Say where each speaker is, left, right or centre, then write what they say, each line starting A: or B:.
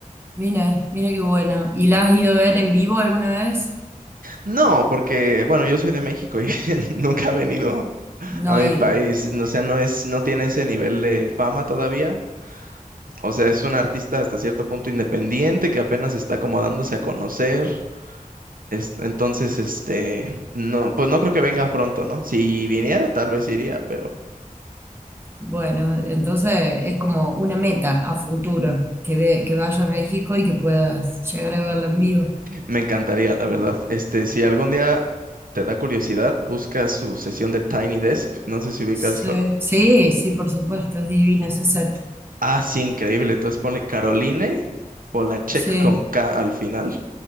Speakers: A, on the right (about 15°); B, on the right (about 80°).
A: Mira, mira qué bueno. ¿Y la has ido a ver en vivo alguna vez?
B: No, porque, bueno, yo soy de México y <laughs> nunca ha venido
A: No
B: a
A: ha
B: mi
A: ido.
B: país. O sea, no es, no tiene ese nivel de fama todavía. O sea, es un artista hasta cierto punto independiente que apenas está como dándose a conocer. Es- entonces, este, no, pues no creo que venga pronto, ¿no? Si viniera, tal vez iría, pero
A: Bueno, entonces es como una meta a futuro, que, ve, que vaya a México y que puedas llegar a verla en vivo.
B: me encantaría, la verdad. Este, si algún día te da curiosidad, busca su sesión de Tiny Desk. No sé si ubicas
A: Sí, sí, sí, por supuesto, es divino ese set.
B: Ah, sí, increíble. Entonces ponle Caroline Polachek
A: Sí,
B: con K al final.